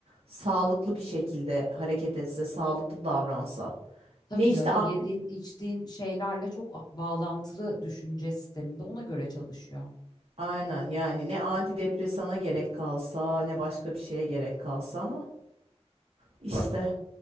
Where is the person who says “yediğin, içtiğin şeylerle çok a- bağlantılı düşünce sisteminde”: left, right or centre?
Left